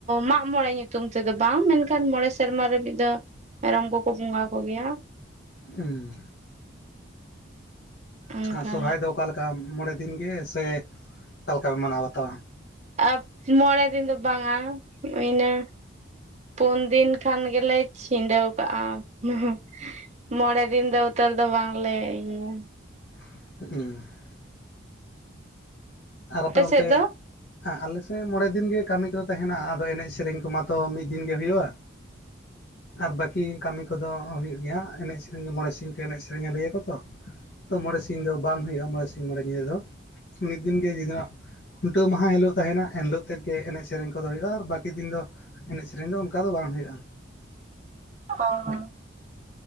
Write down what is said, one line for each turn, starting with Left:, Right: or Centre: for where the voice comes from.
Right: ᱢᱟᱜᱢᱚᱬᱮ ᱧᱩᱛᱩᱢ ᱛᱮᱫᱚ ᱵᱟᱝ ᱢᱮᱱᱠᱷᱟᱱ ᱢᱚᱬᱮ ᱥᱮᱨᱢᱟ ᱨᱮ ᱢᱤᱫ ᱫᱷᱟᱹᱣ ᱢᱮᱨᱚᱢ ᱠᱚᱠᱚ ᱵᱚᱸᱜᱟ ᱠᱚᱜᱮᱭᱟ
Left: ᱦᱩᱸ
Right: ᱚᱱᱠᱟ
Left: ᱟᱨ ᱥᱚᱨᱦᱟᱭ ᱫᱚ ᱚᱠᱟᱮᱠᱟ ᱢᱚᱬᱮ ᱫᱤᱱ ᱜᱮ ᱥᱮ ᱚᱠᱟ ᱞᱮᱠᱟ ᱯᱮ ᱢᱟᱱᱟᱣ ᱵᱟᱛᱟᱣᱟ
Right: <unintelligible> ᱢᱚᱬᱮ ᱫᱤᱱ ᱫᱚ ᱵᱟᱝᱟ ᱤᱱᱟᱹ ᱯᱩᱱ ᱫᱤᱱ ᱠᱷᱟᱱ ᱜᱮᱞᱮ ᱪᱷᱤᱸᱰᱟᱹᱣ ᱠᱟᱜᱼᱟ <unintelligible> ᱢᱚᱬᱮ ᱫᱤᱱ ᱫᱚ ᱩᱛᱟᱹᱨ ᱫᱚ ᱵᱟᱝᱞᱮ ᱤᱭᱟᱹᱭᱟ
Left: <unintelligible> ᱟᱨ ᱟᱯᱮ ᱚᱱᱛᱮ
Right: ᱥᱮᱫ ᱫᱚ?
Left: ᱟᱞᱮᱥᱮᱫ ᱢᱚᱬᱮ ᱫᱤᱱ ᱜᱮ ᱠᱟᱹᱢᱤ ᱠᱚᱫᱚ ᱛᱟᱦᱮᱱᱟ ᱟᱫᱚ ᱮᱱᱮᱡ ᱥᱮᱨᱮᱧ ᱠᱚᱢᱟᱛᱚ ᱢᱤᱫ ᱫᱤᱱ ᱜᱮ ᱦᱩᱭᱩᱜᱼᱟ
Right: <inaudible>
Left: ᱟᱨ ᱵᱟᱹᱠᱤ ᱠᱟᱹᱢᱤ ᱠᱚᱫᱚ ᱦᱩᱭᱩᱜ ᱜᱮᱭᱟ ᱮᱱᱮᱡ ᱥᱮᱨᱮᱧ ᱜᱮ ᱢᱚᱬᱮ ᱥᱤᱧ ᱠᱚ ᱮᱱᱮᱡ ᱥᱮᱨᱮᱧᱟ ᱞᱟᱹᱭ ᱟᱠᱚ ᱛᱚ
Right: <inaudible>
Left: ᱛᱚ ᱢᱚᱬᱮ ᱥᱤᱧ ᱫᱚ ᱵᱟᱝ ᱦᱩᱭᱩᱜᱼᱟ ᱢᱚᱬᱮ ᱥᱤᱧ ᱢᱚᱬᱮ ᱧᱤᱫᱟᱹ ᱫᱚ ᱢᱤᱫ ᱫᱤᱱ ᱜᱮ <unintelligible> ᱠᱷᱩᱱᱴᱟᱹᱣ ᱢᱟᱦᱟ ᱦᱤᱞᱳᱜ ᱛᱟᱦᱮᱱᱟ ᱮᱱᱦᱤᱞᱳᱜ ᱛᱮᱫᱜᱮ ᱮᱱᱮᱡ ᱥᱮᱨᱮᱧ ᱠᱚᱫᱚ ᱦᱩᱭᱩᱜᱼᱟ ᱟᱨ ᱵᱟᱹᱠᱤ ᱫᱤᱱ ᱫᱚ ᱮᱱᱮᱡ ᱥᱮᱨᱮᱧ ᱫᱚ ᱚᱱᱠᱟ ᱫᱚ ᱵᱟᱝ ᱦᱩᱭᱩᱜᱼᱟ
Right: ᱚ ᱦᱚ